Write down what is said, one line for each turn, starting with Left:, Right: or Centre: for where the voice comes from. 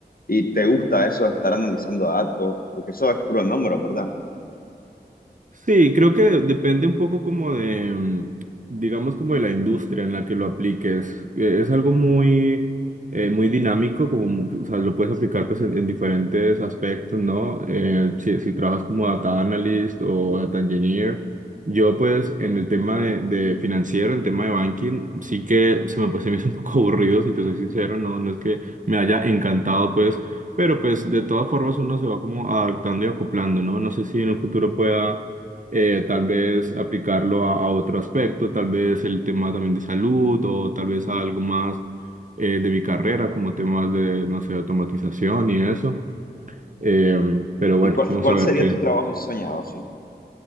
Left: ¿Y te gusta eso de estar analizando datos? Porque eso es puro número, ¿verdad?
Right: Sí, creo que depende un poco como de, mm, digamos, como de la industria en la que lo apliques. Eh, Es algo muy, eh, muy dinámico, como, mu- o sea, lo puedes aplicar pues en, en diferentes aspectos, ¿no? Eh, si, si trabajas como data analyst o data engineer. Yo pues en el tema de, de financiero, en tema de banking, sí que se me, se me hizo un poco <laughs> aburrido, si te soy sincero, no, no es que me haya encantado pues, pero pues de todas formas uno se va como adaptando y acoplando, ¿no? No sé si en el futuro pueda eh, tal vez aplicarlo a, a otro aspecto, tal vez el tema también de salud o tal vez a algo más eh, de mi carrera, como temas de, no sé, automatización y eso. Eh, pero bueno,
Left: ¿Y cuál,
Right: vamos
Left: cuál
Right: a ver
Left: sería
Right: qué,
Left: tu trabajo soñado, sí?